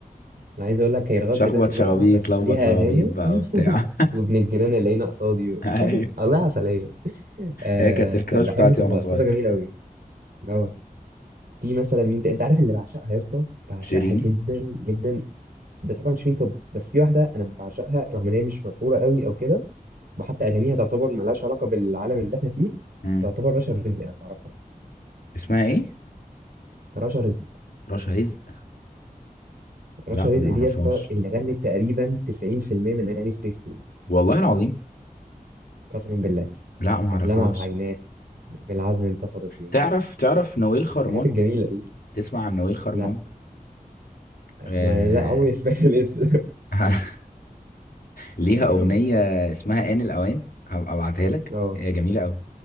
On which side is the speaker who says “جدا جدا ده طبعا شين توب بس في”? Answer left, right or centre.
Right